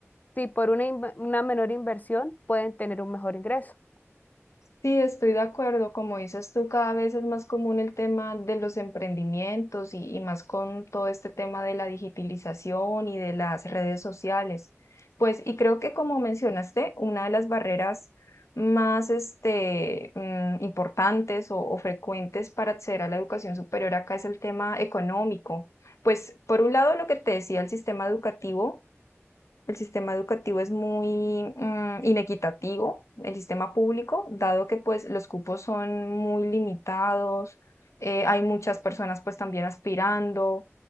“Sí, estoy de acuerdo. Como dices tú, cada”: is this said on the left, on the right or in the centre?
Left